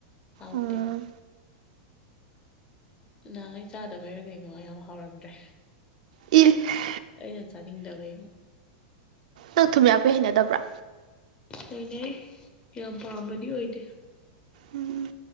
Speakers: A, on the left; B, on the right.
A: ꯍꯥꯎꯇꯦ
B: ꯎꯝ
A: ꯅꯍꯥꯟꯒꯩ ꯆꯥꯗꯕꯩꯔ ꯀꯩꯅꯣ ꯌꯥꯝ ꯍꯥꯎꯔꯝꯗ꯭ꯔꯦ
B: ꯏ
A: ꯑꯩꯅ ꯆꯥꯅꯤꯡꯗꯕꯩ
B: ꯅꯪ ꯊꯨꯝꯌꯥꯛꯄꯤ ꯍꯩꯅꯗꯕ꯭ꯔꯥ
A: ꯍꯩꯅꯩ ꯌꯥꯝ ꯄꯥꯝꯕꯗꯤ ꯑꯣꯏꯗꯦ
B: ꯎꯝ